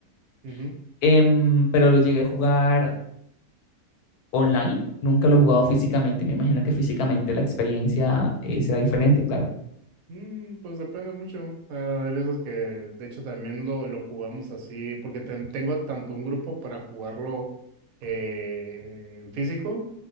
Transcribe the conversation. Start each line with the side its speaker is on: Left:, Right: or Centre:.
Right: ujú,
Left: <laughs> em, pero lo llegué a jugar online.
Right: ujú.
Left: Nunca lo he jugado físicamente. Me imagino que físicamente la experiencia eh, será diferente, claro.
Right: Mm, pues depende mucho. Ah, hay veces que, de hecho, también lo, lo jugamos así, porque ten- tengo tanto un grupo para jugarlo eh, en físico